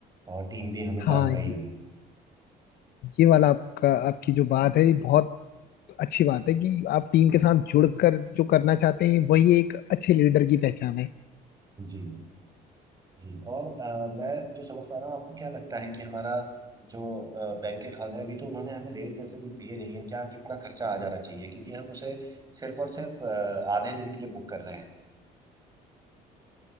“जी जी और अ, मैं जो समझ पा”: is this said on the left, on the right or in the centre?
Right